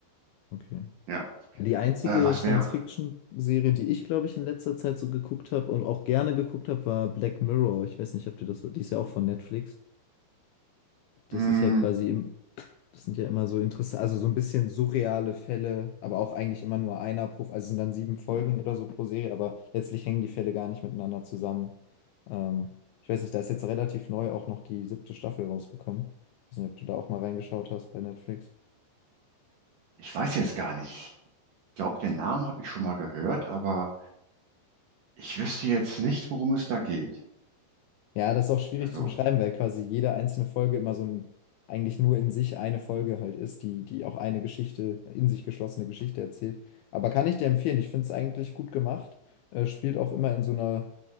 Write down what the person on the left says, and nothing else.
okay.
Die einzige
Science-Fiction-Serie,
die ich, glaube ich, in letzter Zeit so geguckt habe und auch gerne geguckt habe, war Black Mirror. Ich weiß nicht, ob dir das, so, die ist ja auch von Netflix. Das
ist ja quasi im, das sind ja immer so interessant, also so ein bisschen surreale Fälle, aber auch eigentlich immer nur einer pro, also es sind dann sieben Folgen oder so pro Serie, aber letztlich hängen die Fälle gar nicht miteinander zusammen. Ähm, ich weiß nicht, da ist jetzt relativ neu auch noch die siebte Staffel rausgekommen. Ich weiß nicht, ob du da auch mal reingeschaut hast bei Netflix.
Ja, das ist auch schwierig
zu beschreiben, weil quasi jede einzelne Folge immer so ein, eigentlich nur in sich eine Folge halt ist, die, die auch eine Geschichte, in sich geschlossene Geschichte erzählt. Aber kann ich dir empfehlen, ich finde es eigentlich gut gemacht. Äh, spielt auch immer in so einer